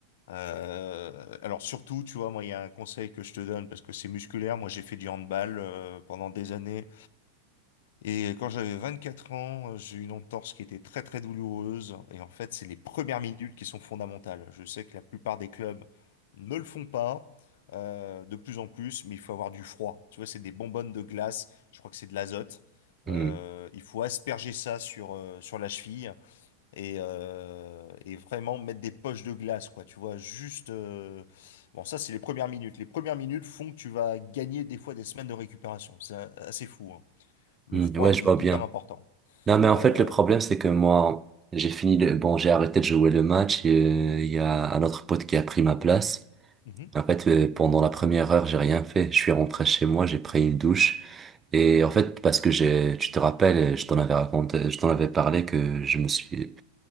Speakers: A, on the left; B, on the right.
A: Euh, alors surtout, tu vois, moi, il y a un conseil que je te donne parce que c'est musculaire. Moi, j'ai fait du handball euh, pendant des années. Et quand j'avais 24 ans, euh, j'ai eu une entorse qui était très très douloureuse. Et en fait, c'est les premières minutes qui sont fondamentales. Je sais que la plupart des clubs ne le font pas euh, de plus en plus, mais il faut avoir du froid. Tu vois, c'est des bonbonnes de glace. Je crois que c'est de l'azote.
B: Hmm.
A: Euh, il faut asperger ça sur, euh, sur la cheville. et, euh, et vraiment mettre des poches de glace, quoi. Tu vois, juste. euh, Bon, ça, c'est les premières minutes. Les premières minutes font que tu vas gagner des fois des semaines de récupération. C'est a- assez fou, hein. Le
B: Hmm.
A: froid
B: Ouais, je
A: est
B: vois bien.
A: hyper important.
B: Non, mais en
A: Euh,
B: fait, le problème, c'est que moi, j'ai fini le... Bon, j'ai arrêté de jouer le match. et, euh, Il y a un autre pote qui a pris ma place.
A: mhm,
B: En fait, euh, pendant la première heure, j'ai rien fait. Je suis rentré chez moi, j'ai pris une douche. Et en fait, parce que j'ai, tu te rappelles, je t'en avais raconté, je t'en avais parlé que je me suis,